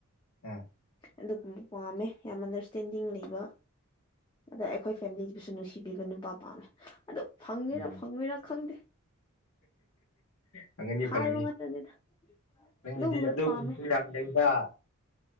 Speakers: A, on the left; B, on the left.
A: ꯎꯝ
B: ꯑꯗꯨꯒꯨꯝꯕ ꯄꯥꯝꯃꯦ ꯌꯥꯝ ꯑꯟꯗꯔꯁꯇꯦꯟꯗꯤꯡ ꯂꯩꯕ ꯑꯗ ꯑꯩꯈꯣꯏ ꯐꯦꯃꯤꯂꯤꯗꯨꯁꯨ ꯅꯨꯡꯁꯤꯕꯤꯕ ꯅꯨꯄꯥ ꯄꯥꯝꯃꯦ ꯑꯗꯨ ꯐꯪꯉꯦꯔꯥ
A: ꯎꯝ
B: ꯐꯪꯉꯣꯏꯔꯥ ꯈꯪꯗꯦ
A: ꯐꯪꯒꯅꯤ
B: ꯍꯥꯏꯕ
A: ꯐꯪꯒꯅꯤ
B: ꯉꯥꯛꯇꯅꯤꯗ
A: ꯅꯪꯒꯤꯗꯤ
B: ꯑꯗꯨꯒꯨꯝꯕꯗꯨ
A: ꯑꯗꯨꯒꯨꯝꯕꯁꯨ
B: ꯄꯥꯝꯃꯦ
A: ꯌꯥꯝ ꯂꯩꯕ